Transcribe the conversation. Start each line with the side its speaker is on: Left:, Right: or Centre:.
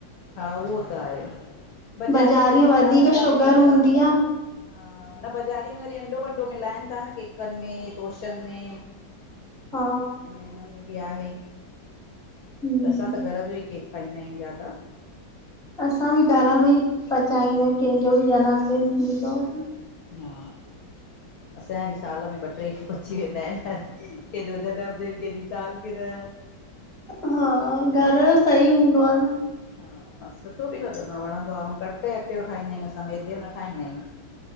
Left: हा उहो त आहे।
Centre: आ
Left: बज़ारी
Centre: बाज़ारी
Left: में वरी अंडा
Centre: वधीक
Left: वंडा
Centre: शुगर
Left: विझनता।
Centre: हूंदी
Left: हा,
Centre: आ
Left: न बज़ारी में वरी अंडो वंडो मिलाइन ता न, केकन में तोशन में।
Centre: हा
Left: ऐं इनमें बी आहे। त
Centre: हम्म
Left: असां त घर जो ई केक खाईंदा आहियूं ज्यादा।
Centre: असां बी घर में ई पचाईंदा आहियूं। केंजो बी जन्मदिन थींदो आ त।
Left: हा असांजा बी साल में ॿ ट्रे पची वेंदा आहिन। केंजो जन्मदिन केंजी सालगिरह।
Centre: हा, घर जो सही हूंदो आ न।
Left: हा सुठो बी लॻंदो आ। वणंदो आ, अऊं कड़िक जे अटे जो ठाहींदा आहियूं, असां मैदो जो न ठाहींदा आहियूं।